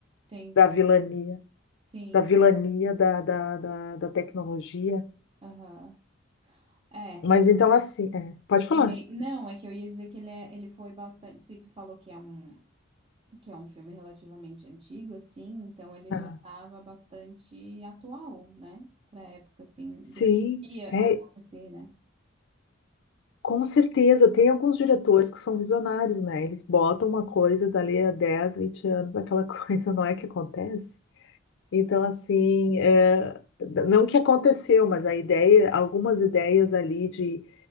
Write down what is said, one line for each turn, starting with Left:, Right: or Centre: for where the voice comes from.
Right: Entendi.
Left: Da vilania,
Right: Sim.
Left: da vilania da, da, da, da tecnologia.
Right: Aham. É.
Left: Mas então assim, é, pode falar.
Right: É meio... Não, é que eu ia dizer que ele, é, ele foi bastante. Se tu falou que é um. que é um filme relativamente antigo, assim, então ele
Left: Ah,
Right: já estava bastante atual, né? Para a época, assim,
Left: sim.
Right: do que iria
Left: É,
Right: acontecer, né?
Left: Com certeza, tem alguns diretores que são visionários, né? Eles botam uma coisa dali a 10 20 anos, aquela <laughs> coisa não é que acontece. Então, assim, é, não que aconteceu, mas a ideia, algumas ideias ali de